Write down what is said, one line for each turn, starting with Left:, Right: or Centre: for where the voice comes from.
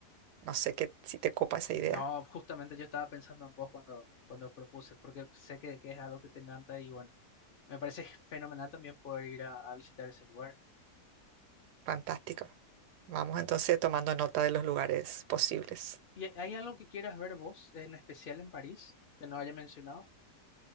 Right: No sé qué, si te copa esa idea.
Left: No, justamente yo estaba pensando en vos cuando, cuando propuse, porque sé que, que es algo que te encanta y bueno, me parece fenomenal también poder ir a a visitar ese lugar.
Right: Fantástico. Vamos entonces tomando nota de los lugares posibles.
Left: ¿Y hay algo que quieras ver vos, en especial en París, que no haya mencionado?